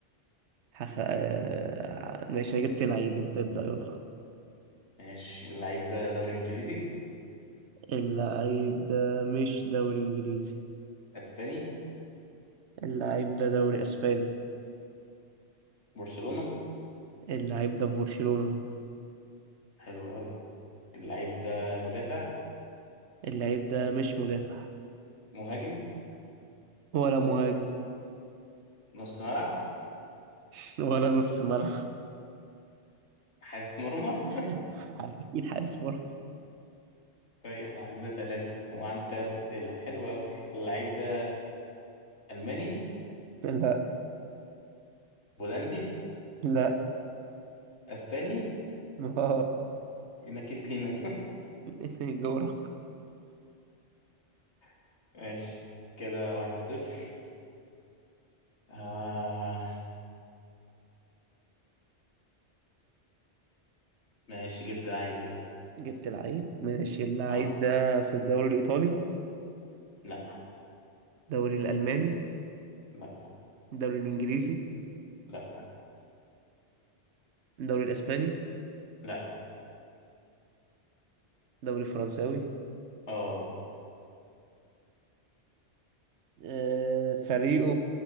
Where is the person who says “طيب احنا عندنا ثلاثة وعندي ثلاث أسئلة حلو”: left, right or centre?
Left